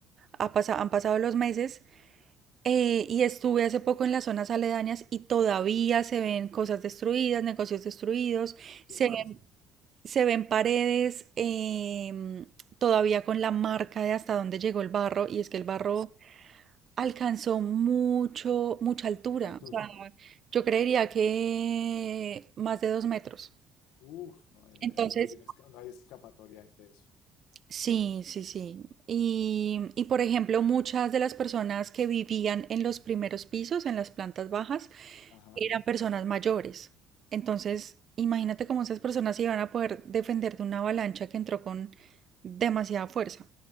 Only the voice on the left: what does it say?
tiene
que ser.
Altura.
Uf, no,
eso no tiene, esca- no hay escapatoria ante eso.
Ajá.